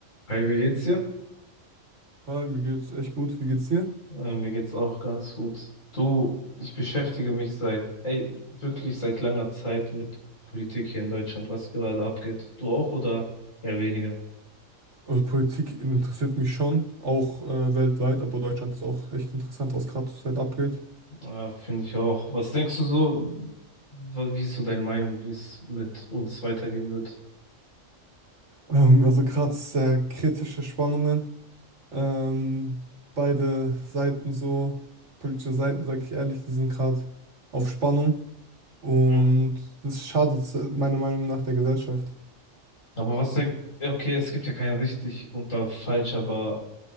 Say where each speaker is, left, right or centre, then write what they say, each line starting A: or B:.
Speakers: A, on the left; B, on the right.
A: Hi, wie geht's dir?
B: Hi, mir geht's echt gut. Wie geht's dir?
A: Äh, mir geht's auch ganz gut. Du, ich beschäftige mich seit, ey, wirklich seit langer Zeit mit Politik hier in Deutschland, was gerade abgeht. Du auch oder eher weniger?
B: Also Politik interessiert mich schon, auch äh, weltweit, aber Deutschland ist auch echt interessant, was gerade zurzeit abgeht.
A: Äh, finde ich auch. Was denkst du so, wa- wie ist so deine Meinung, wie es mit uns weitergehen wird?
B: Ähm, also gerade sehr kritische Spannungen. Ähm, beide Seiten so, politische Seiten, sage ich ehrlich, die sind gerade auf Spannung und
A: Mhm.
B: das schadet se- meiner Meinung nach der Gesellschaft.
A: Aber was denkst, okay, es gibt ja kein richtig und da falsch, aber